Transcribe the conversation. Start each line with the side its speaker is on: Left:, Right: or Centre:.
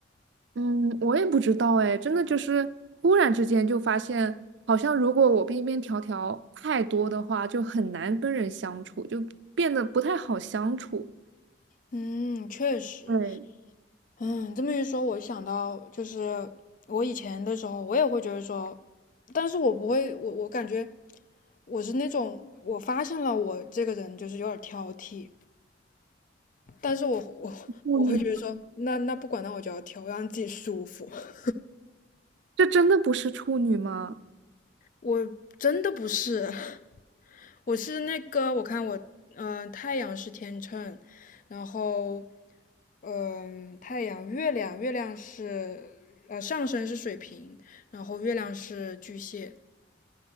Right: 嗯，我也不知道哎，真的就是忽然之间就发现，好像如果我边边条条太多的话，就很难跟人相处，就变得不太好相处。
Left: 嗯，确实，
Right: 对，
Left: 嗯，这么一说，我想到就是我以前的时候，我也会觉得说，但是我不会，我我感觉我是那种，我发现了我这个人就是有点挑剔，但是我我我会觉得说，
Right: 处女，
Left: 那那不管，那我就要挑，我让自己舒服。<laughs>
Right: 这真的不是处女吗？
Left: 我真的不是，<laughs> 我是那个，我看我，嗯、太阳是天秤，然后，嗯、太阳、月亮，月亮是，呃，上升是水瓶，然后月亮是巨蟹。